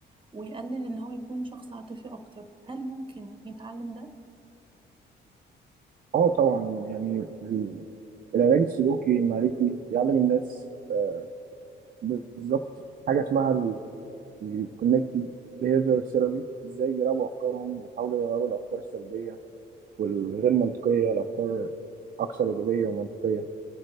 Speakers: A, on the right; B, on the right.
A: ويقلل ان هو يكون شخص عاطفي اكتر هل ممكن يتعلم ده
B: اه طبعا يعني ال- العلاج السلوكي المعرفي بيعلم الناس آه، بالظبط حاجه اسمها الكونكتد بيهيفير ثيرابي ازاي بيراقبوا افكارهم ويحاولوا يغيروا الافكار السلبيه والغير منطقيه لافكار اكثر ايجابيه ومنطقيه